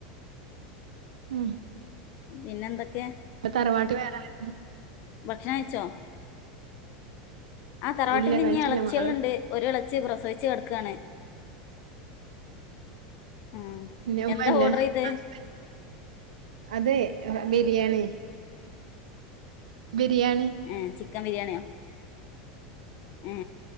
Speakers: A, on the right; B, on the left.
A: ഉം
B: പിന്നെ എന്തൊക്കെ
A: ഇപ്പ തറവാട്ട് വേറാരും ല്ലേ
B: ഭക്ഷണം കഴിച്ചോ ആ തറവാട്ടിൽ
A: ഇല്ല
B: ഇഞ്ഞ്
A: കഴിച്ചില്ല
B: എളച്ചിയോള്ണ്ട്
A: മക്കള്
B: ഒര് എളച്ചി പ്രസവിച്ചു കെടക്കാണ് ഉം
A: പിന്നെ ഉമ്മല്ല
B: എന്താ ഓർഡർ ചെയ്തേ
A: ഹസ്ബന്റ് അതെ ബിരിയാണി ബിരിയാണി
B: ഏഹ് ചിക്കൻ ബിരിയാണിയോ ഏ